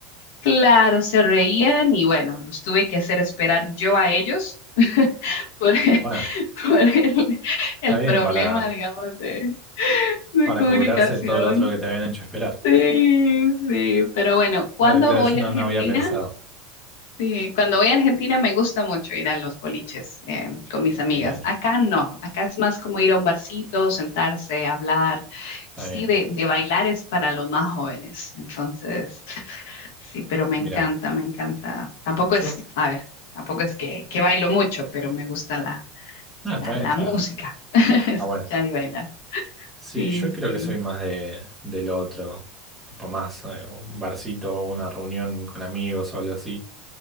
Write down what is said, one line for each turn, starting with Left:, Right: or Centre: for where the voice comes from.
Left: Claro, se reían y bueno, los tuve que hacer esperar yo a ellos <laughs> por,
Centre: Bueno,
Left: por el,
Centre: está
Left: el
Centre: bien
Left: problema,
Centre: para,
Left: digamos, de, de
Centre: para
Left: comunicación.
Centre: cobrarse todo lo otro que te habían hecho esperar.
Left: Sí, sí, pero bueno, ¿cuándo
Centre: Claro, claro,
Left: voy
Centre: yo no,
Left: a Argentina?
Centre: no había pensado.
Left: Sí, cuando voy a Argentina me gusta mucho ir a los boliches eh, con mis amigas.
Centre: Genial.
Left: Acá no, acá es más como ir a un barcito, sentarse, hablar.
Centre: Está
Left: Sí,
Centre: bien.
Left: de, de bailar es para los más jóvenes. Entonces, sí, pero me
Centre: Mira,
Left: encanta, me encanta. Tampoco es,
Centre: yo...
Left: a ver, tampoco es que, que bailo mucho, pero me gusta la,
Centre: Ah,
Left: la,
Centre: está bien,
Left: la
Centre: está.
Left: música, <laughs> escuchar
Centre: Ah, bueno.
Left: y bailar.
Centre: Sí,
Left: Sí,
Centre: yo creo
Left: sí.
Centre: que soy más de, del otro, tipo más eh, un barcito o una reunión con amigos o algo así.